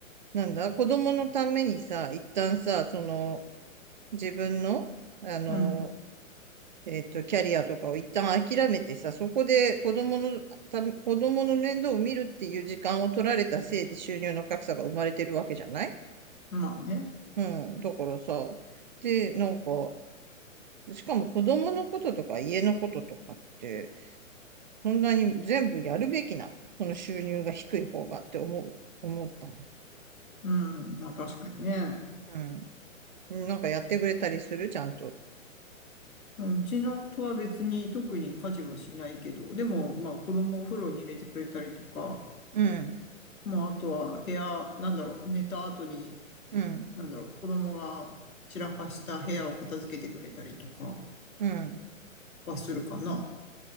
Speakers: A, on the right; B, on the left.
A: なんだ、子供のためにさ、一旦さ、その、自分の、あの、
B: うん。
A: えっと、キャリアとかを一旦諦めてさ、そこで子供の、た子供の面倒を見るっていう時間を取られたせいで収入の格差が生まれてるわけじゃない
B: まあね。
A: うん。だからさ、で、なんか、しかも子供のこととか家のこととかって、そんなに全部やるべきなのその収入が低い方がって思う、思ったの。
B: うん、まあ確かにね。
A: うん。なんかやってくれたりするちゃんと。
B: うんうちのとは別に特に家事はしないけど、でもまあ子供をお風呂に入れてくれたりとか、
A: うん。
B: まああとは部屋、なんだろう、寝た後に、
A: うん。
B: なんだろう、子供が散らかした部屋を片付けてくれたりとか
A: うん。
B: はするかな。